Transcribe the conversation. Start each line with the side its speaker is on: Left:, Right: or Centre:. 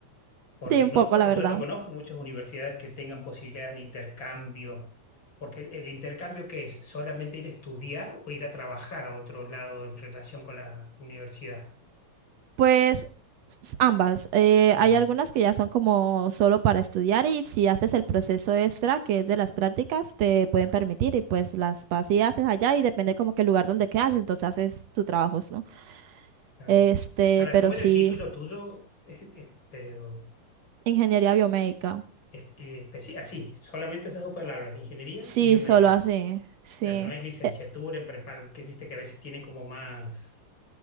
Left: porque
Right: sí, un
Left: no
Right: poco,
Left: to-
Right: la
Left: yo
Right: verdad.
Left: no conozco muchas universidades que tengan posibilidades de intercambio, porque el intercambio que es solamente ir a estudiar o ir a trabajar a otro lado en relación con la universidad.
Right: Pues s- ambas. Eh,
Left: Mm,
Right: hay algunas que ya son como solo para estudiar y si haces el proceso extra, que es de las prácticas, te pueden permitir y pues las vas y haces allá y depende como que el lugar donde quedas, entonces haces tus trabajos, ¿no?
Left: claro.
Right: Este,
Left: Para,
Right: pero
Left: ¿cómo
Right: sí,
Left: era el título tuyo? Eh, eh, pero,
Right: ingeniería biomédica.
Left: es- eh, especi- así, solamente esas dos palabras, ingeniería
Right: Sí,
Left: biomédica.
Right: solo así, sí.
Left: O sea, no es licenciatura
Right: E-
Left: en prepar, que viste que a veces tiene como más